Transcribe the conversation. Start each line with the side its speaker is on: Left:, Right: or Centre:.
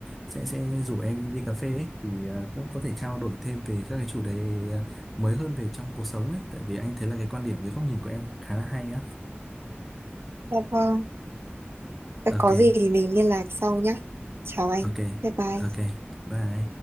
Centre: sẽ sẽ rủ em đi cà phê ấy thì ờ, cũng có thể trao đổi thêm về các cái chủ đề ờ, mới hơn về trong cuộc sống ấy tại vì anh thấy là cái quan điểm cái góc nhìn của em khá là hay á
Right: Dạ vâng Thế
Centre: ok
Right: có gì thì mình liên lạc sau nhé chào anh
Centre: ok
Right: bye bye
Centre: ok bye